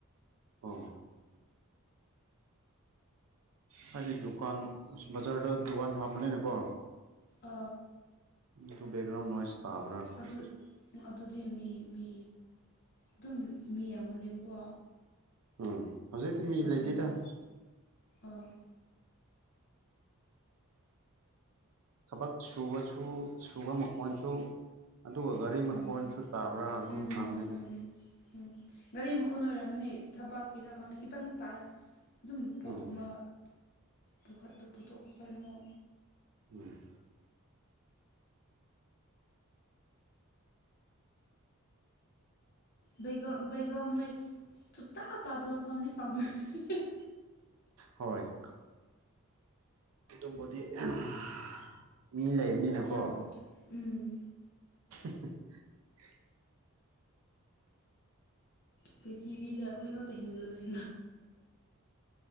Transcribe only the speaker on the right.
ꯑꯣ꯫ ꯍꯥꯏꯗꯤ ꯗꯨꯀꯥꯟ ꯑꯁ ꯕꯖꯥꯔꯗ ꯗꯨꯀꯥꯟ ꯐꯝꯕꯅꯤꯅꯀꯣ꯫
ꯗꯨ ꯕꯦꯒ꯭ꯔꯥꯎꯟ ꯅꯣꯏꯖ ꯇꯥꯕꯔꯅ꯫
ꯎꯝ ꯍꯧꯖꯤꯛꯇꯤ ꯃꯤ
ꯂꯩꯇꯦꯗ꯫
ꯊꯕꯛ ꯁꯨꯕꯁꯨ ꯁꯨꯕ ꯃꯈꯣꯟꯁꯨ꯫ ꯑꯗꯨꯒ ꯒꯥꯔꯤ ꯃꯈꯣꯟꯁꯨ
ꯇꯥꯕ꯭ꯔꯥ ꯑꯗꯨꯨꯝ
ꯍꯪꯕꯅꯤꯗ꯫
ꯎꯝ
ꯎꯝ꯫
ꯍꯣꯏ ꯀ ꯑꯗꯨꯕꯨꯗꯤ <unintelligible> ꯃꯤ ꯂꯩꯕꯅꯤꯅꯀꯣ꯫
<inaudible>